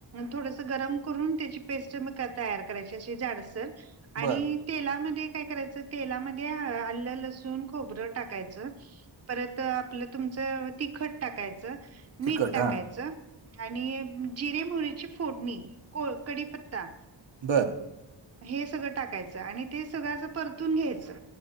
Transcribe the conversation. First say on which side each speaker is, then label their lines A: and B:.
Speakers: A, on the right; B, on the right.
A: थोडसं गरम करून, त्याची पेस्ट मग तयार करायची अशी जाडसर. आणि
B: बर
A: तेलामध्ये काय करायचं तेलामध्ये आल्लं, लसूण, खोबरं टाकायचं परत आपलं तुमचं तिखट टाकायचं, मीठ
B: तिखट
A: टाकायचं
B: हा
A: आणि जिरे, मोहरीची फोडणी को कडीपत्ता
B: बर
A: हे सगळं टाकायचं आणि ते सगळं असं परतून घ्यायचं